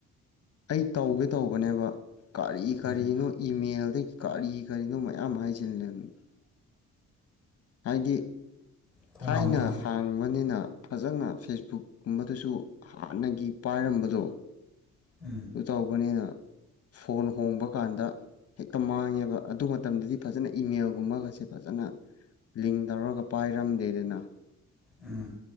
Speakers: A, on the left (about 50°); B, in the centre.
A: ꯑꯩ ꯇꯧꯒꯦ ꯇꯧꯕꯅꯦꯕ ꯀꯔꯤ ꯀꯔꯤꯅꯣ
B: ꯎꯝ
A: ꯏꯃꯦꯜꯗꯩꯩ ꯀꯔꯤ ꯀꯔꯤꯅꯣ ꯃꯌꯥꯝ ꯍꯥꯏꯁꯤꯜꯂꯦꯃꯤ ꯍꯥꯏꯗꯤ
B: ꯊꯣꯡ
A: ꯊꯥꯏꯅ
B: ꯍꯥꯡꯕꯤꯈꯣ
A: ꯍꯥꯡꯕꯅꯤꯅ ꯐꯖꯅ ꯐꯦꯁꯕꯨꯛ ꯀꯨꯝꯕꯗꯨꯁꯨ ꯍꯥꯟꯅꯒꯤ ꯄꯥꯏꯔꯝꯕꯗꯣ
B: ꯎꯝ
A: ꯑꯗꯨ ꯇꯧꯕꯅꯤꯅ ꯐꯣꯟ ꯍꯣꯡꯕ ꯀꯥꯟꯗ ꯍꯦꯛꯇ ꯃꯥꯡꯉꯦꯕ ꯑꯗꯨ ꯃꯇꯝꯗꯗꯤ ꯐꯖꯅ ꯏꯃꯦꯜꯒꯨꯝꯕꯒꯁꯦ ꯐꯖꯅ ꯂꯤꯡ ꯇꯧꯔꯒ ꯄꯥꯏꯔꯝꯗꯦꯗꯅ
B: ꯎꯝ